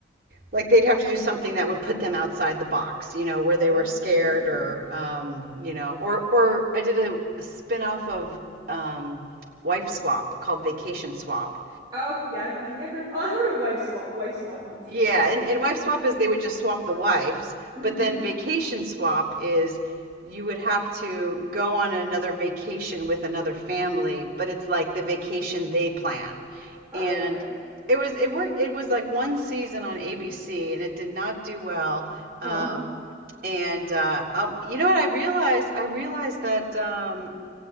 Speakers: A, on the right; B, on the right.
A: like they'd have to do something that would put them outside the box, you know, where they
B: Oh,
A: were scared
B: very.
A: or um, you know, or or I did a, a spin-off of um, Wife Swap called Vacation Swap.
B: Oh, yeah, I've heard, I think I've heard of oh, I heard of wife swap, wife swap, not so-
A: Yeah,
B: not so much.
A: and, and wife swap is they would just swap the wives,
B: hmm
A: but then vacation swap is you would have to go on another vacation with another family, but it's like the vacation they plan.
B: Oh,
A: And
B: okay.
A: it was it worked it was like one season on ABC and it did not do well. Um,
B: Oh.
A: and uh, um, you know what I realized? I realized that um,